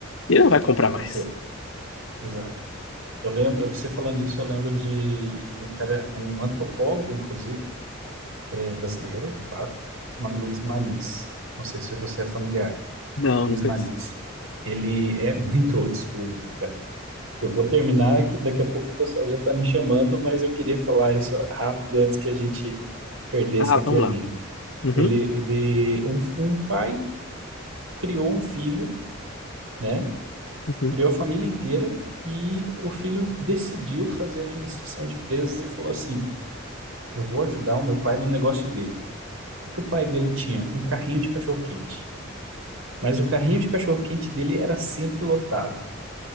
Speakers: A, on the left; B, on the right.
A: E ele não vai comprar mais.
B: por ser. Exato. Eu lembro, você falando disso, eu lembro de, de um cara, um antropólogo, inclusive, é, brasileiro, claro, chamado Luiz Marins. Não sei se você é familiar.
A: Não,
B: Luiz
A: não penso.
B: Marins. Ele é muito old school, esse cara. Eu vou terminar, que daqui a pouco o pessoal já está me chamando, mas eu queria falar isso rápido antes que a gente perdesse
A: Ah,
B: aqui
A: vamos
B: a linha.
A: lá. Uhum,
B: Ele, ele, um, um pai criou um filho, né?
A: uhum.
B: Criou a família inteira e o filho decidiu fazer administração de empresas e falou assim. Eu vou ajudar o meu pai no negócio dele. O que o pai dele tinha? Um carrinho de cachorro-quente. Mas o carrinho de cachorro-quente dele era sempre lotado.